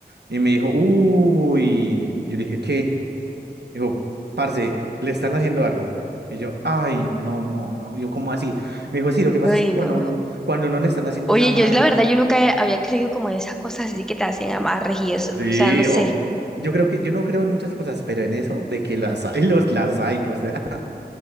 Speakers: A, on the right; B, in the centre.
A: Y me dijo, uy, yo le dije, ¿qué? Dijo, parce, le están haciendo algo. Y yo, ay, no, no, no. Yo, ¿cómo así? Me dijo, sí, lo que pasa
B: Ay,
A: es que cuando
B: no.
A: uno, cuando uno le están haciendo
B: Oye,
A: un amarre.
B: yo la verdad, yo nunca había creído como en esas cosas así que te hacían amarres y eso.
A: Sí,
B: O sea, no sé.
A: oh. Yo creo que, yo no creo en muchas cosas, pero en eso de que las hay, los, las hay. O sea,